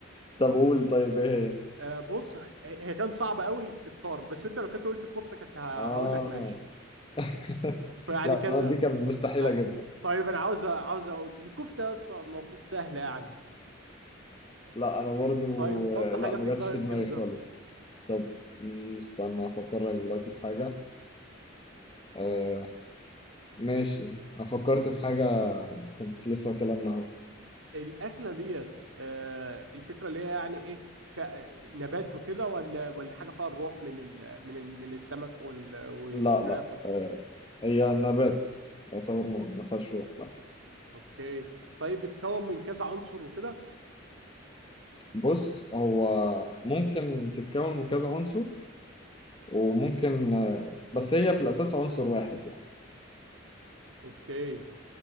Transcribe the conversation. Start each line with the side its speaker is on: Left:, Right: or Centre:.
Left: طب قول طيب إيه هي
Right: آه، بص هي كان صعبه قوي الطرب بس انت لو كنت قلت الكفته كنت ه-
Left: آه
Right: هقول لك ماشي
Left: <laughs>
Right: فيعني
Left: لا
Right: كان
Left: أنا دي كان مستحيل
Right: ه-
Left: أجيبها
Right: طيب انا عاوز عاوز اقول الكفته يا اسطى المفروض سهله يعني
Left: لا انا برضو
Right: طيب حط
Left: آه،
Right: حاجه
Left: لا ما
Right: في
Left: جاتش
Right: دماغك
Left: في دماغي
Right: كده جرب
Left: خالص طب مم، استنى افكر لك دلوقتي في حاجه آه ماشي انا فكرت في حاجه كنت لسه واكلها النهارده
Right: الاكله ديت آه، الفكره اللي هي يعني ايه ف- نبات وكده ولا ولا حاجه فيها الروح من ال من ال من السمك وال- والفراخ
Left: لا لا
Right: وال-
Left: آه هي نبات يعتبر ما ما فيهاش روح لا
Right: اوكي طيب بتتكون من كذا عنصر وكده
Left: بص هو ممكن تتكون من كذا عنصر وممكن آه بس هي في الاساس عنصر واحد يعني
Right: اوكي